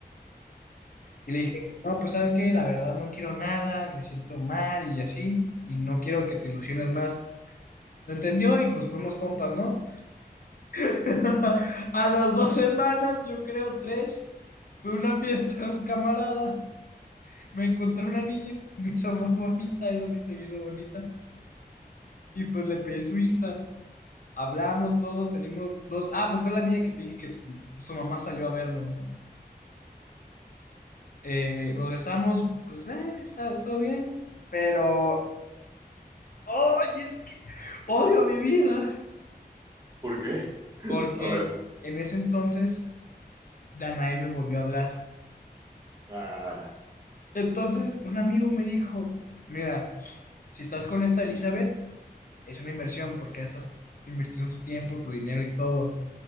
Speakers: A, on the left; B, on the right.
A: Y le dije, no, pues sabes qué, la verdad no quiero nada, me siento mal y así, y no quiero que te ilusiones más. Lo entendió y pues fuimos compas, ¿no? <laughs> A las dos semanas, yo creo tres, fue una fiesta de un camarada. Me encontré una niña que se me hizo muy bonita, esa sí se me hizo bonita, y pues le pedí su Insta. Hablamos todos, salimos dos. Ah, pues fue la niña que te dije que su, su mamá salió a vernos, ¿no? Eh, nos besamos, pues, eh, está- estuvo bien, pero. ay Odio mi vida.
B: ¿Por qué?
A: Porque
B: A ver.
A: en ese entonces Danae me volvió a hablar.
B: Ah,
A: Entonces un amigo me dijo, mira, si estás con esta Elizabeth, es una inversión porque ya estás invirtiendo tu tiempo, tu dinero y todo.